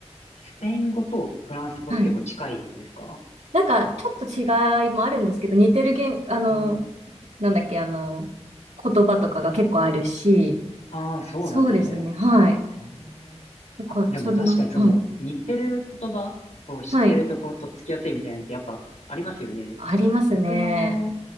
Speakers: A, on the left; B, on the right.
A: スペイン語とフランス語って結構近いんですか
B: はい。なんかちょっと違いもあるんですけど、似てる言、あの、
A: うん。
B: なんだっけ、あの、言葉とかが結構あるし、
A: ああ、そうなんですね。
B: そうですね、はい。
A: へえ。
B: なんか、
A: あ、でも確かにその似てる言葉を知ってるとこうとっつきやすいみたいなのってやっぱありますよね。
B: それな、はい。はいありますね。
A: 僕の、